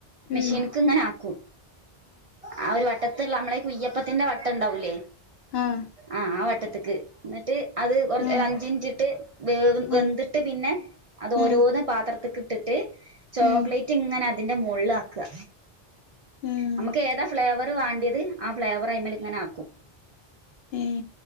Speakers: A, on the right; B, on the left.
A: മെഷീൻക്ക്
B: ഉം
A: ഇങ്ങനെ ആക്കും. ആഹ് ഒരു വട്ടത്ള്ള നമ്മളേ കുയ്യപ്പത്തിന്റെ വട്ടം ഉണ്ടാവൂലേ?
B: ആഹ്‌
A: ആഹ്‌ ആ വട്ടത്തേക്ക് എന്നിട്ട് അത് കൊറച്ച്
B: ആഹ്
A: ഒരഞ്ച് മിനിട്ട്. വേവും
B: ആഹ്
A: വെന്തിട്ട് പിന്നെ അതരോന്ന്
B: ആഹ്
A: പാത്രത്തിക്ക്ട്ടിട്ട് ചോക്ലേറ്റ്
B: ഉം
A: റ്റിങ്ങനെ അതിന്റെ മോളില് ആക്കുക
B: ഉം
A: നമുക്ക് ഏതാ ഫ്ലേവർ വാണ്ടിയത്. ആ ഫ്ലേവർ അയ്മേൽ ഇങ്ങനെ ആക്കും
B: ഉം